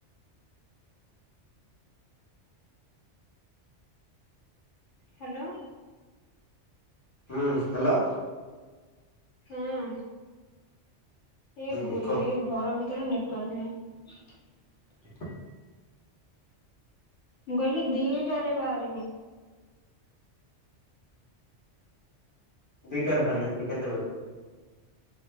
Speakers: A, on the left (about 75°); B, on the left (about 15°).
A: ହ୍ୟାଲୋ।
B: ହଁ ହ୍ୟାଲୋ।
A: ହଁ। ଏ
B: ହୁଁ କହ
A: ଘର ଭିତରେ ନେଟୱାର୍କ ନାହିଁ। ମୁଁ କହିଲି ଦିଟା ରେ ବାହାରମି।
B: ଦିଟାରେ ବାହାରିଲେ ସେଠି କେତେବେଳେ ପ